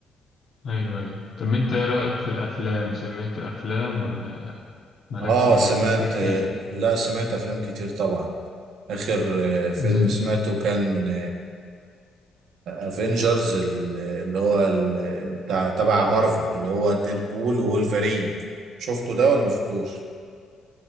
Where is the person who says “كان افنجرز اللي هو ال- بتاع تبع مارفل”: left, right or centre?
Right